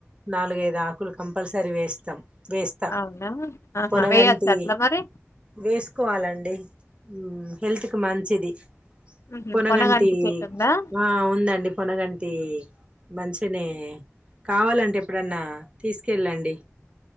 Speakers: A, on the right; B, on the left.
A: నాలుగైదు ఆకులు కంపల్సరీ వేస్తాం. వేస్తా
B: అవునా ఆహా
A: పొనగంటి
B: వేయచ్చా అట్లా మరి
A: వేసుకోవాలండి. ఉహ్ హెల్త్ కి మంచిది.
B: ఉహు
A: పొనగంటి
B: చెట్టు ఉందా
A: ఆ ఉందండి పునగంటి. మంచినే కావాలంటే ఎప్పుడన్నా తీసుకెళ్ళండి.